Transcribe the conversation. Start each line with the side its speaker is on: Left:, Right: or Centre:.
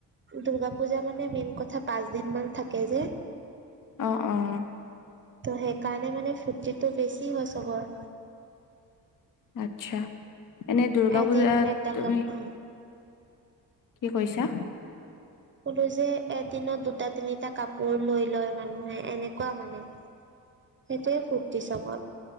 Right: দুৰ্গা পূজা মানে মেইন কথা পাঁচ দিন মান থাকে যে
Left: অ'অ'।
Right: ত' সেইকাৰণে মানে ফূৰ্তিটো বেছি হয় চবৰ।
Left: আচ্ছা এনে দুৰ্গা
Right: এদিন
Left: পূজাত
Right: এটা
Left: তুমি
Right: কাপোৰ
Left: কি কৈছা?
Right: কলো যে এদিনত দুটা তিনিটা কাপোৰ লৈ লয় মানুহে এনেকুৱা মানে
Left: <inaudible>
Right: সেইটোয়ে ফূৰ্তি চবৰ।